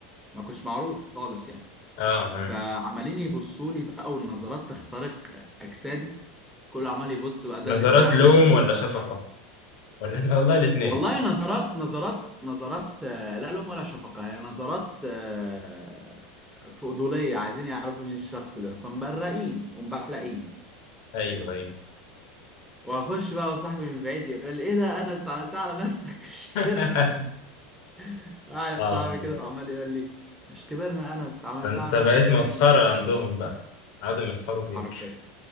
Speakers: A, in the centre; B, on the left (about 60°).
A: ما كنتش معروف خالص يعني
B: اه آه.
A: فعمالين يبصوا لي بقى والنظرات تخترق اجسادي كله عمال يبص بقى ده
B: نظرات
A: اللي اتزحلق
B: لوم
A: ده اللي
B: ولا
A: مأخرني
B: شفقة ولا <laughs> إحنا- والله الاتنين
A: والله نظرات نظرات نظرات آه، لا لوم ولا شفقة هي نظرات آه، فضولية عايزين يعرفوا مين الشخص ده فمبرقين ومبحلقين
B: ايوه ايوه
A: واخش بقى وصاحبي من بعيد يقول لي ايه ده انس عملتها على نفسك مش كبرنا
B: <laughs>
A: <laughs> قاعد
B: اه
A: صاحبي كده فعمال يقول لي مش كبرنا يا انس عملتها
B: ده انت
A: على
B: بقيت
A: نفسك تاني
B: مسخرة عندهم بقى قعدوا يمسخروا فيك
A: حرفيا